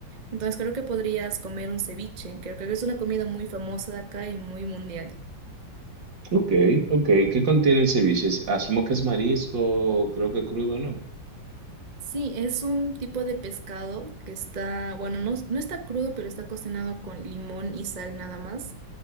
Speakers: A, on the right; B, on the right.
A: Entonces creo que podrías comer un ceviche, creo que es una comida muy famosa de acá y muy mundial.
B: Ok, ok. ¿Qué contiene el ceviche? Asumo que es marisco, creo que crudo, ¿no?
A: Sí, es un tipo de pescado que está, bueno, no, no está crudo, pero está cocinado con limón y sal nada más.